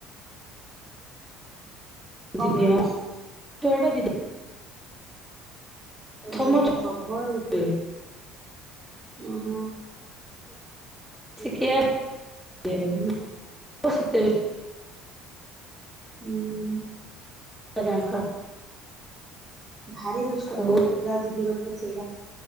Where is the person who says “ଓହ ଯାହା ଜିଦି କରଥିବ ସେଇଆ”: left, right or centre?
Right